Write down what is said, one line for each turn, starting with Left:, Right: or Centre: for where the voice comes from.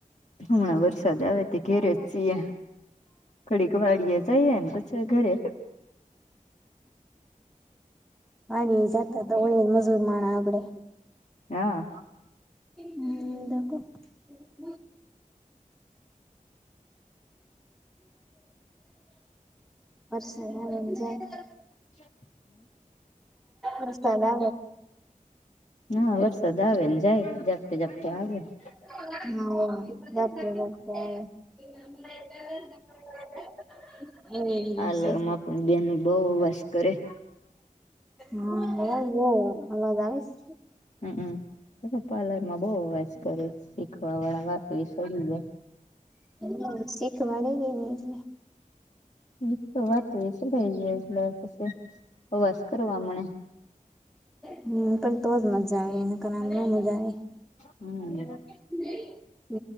Left: હમણા વરસાદ આવે તે ઘેરે જ છીએ. ખડીક વાડીએ જઈએ ને પછી ઘરે
Centre: અને તોય મજૂર માણ આપડે
Left: હા
Centre: હમ- આ <unintelligible> વર્ષ ના મજાય-
Left: છ <inaudible>
Centre: બસ લ
Left: ના વરસાદ આવે ને જાય ઝપતે ઝપટે આવે-
Centre: હારા- એ છે.
Left: પાર્લર માં પણ બેન બહુ અવાસ કરે-
Centre: હા અવાજ બઉ અવાજ આવેસે
Left: હમમ પાર્લર માં બહ વાસ કરે શીખવા વાળા વાતો ઈ છોડી જાય-
Centre: હ શીખવાડેગ ન એ
Left: એ તો વાત એ છે લ એટલે પ અવાસ કરવા મળે-
Centre: હમ પણ તોજ મજા આવે એ આમ ના મજા આવે-
Left: હમ-
Centre: હ <unintelligible> એ